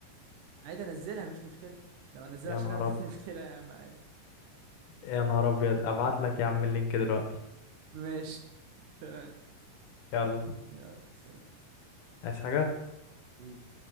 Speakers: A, on the right (about 75°); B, on the left (about 75°).
A: عادي انزلها مفيش مشكله لو انزلها
B: يا
A: عشانك
B: نهار
A: مفيش
B: ابيض
A: مشكله يا عم عادي
B: يا نهار ابيض ابعت لك يا عم اللينك دلوقتي
A: ماشي <laughs> تمام
B: يلا
A: يلا سلام
B: عايز حاجة
A: حبيبي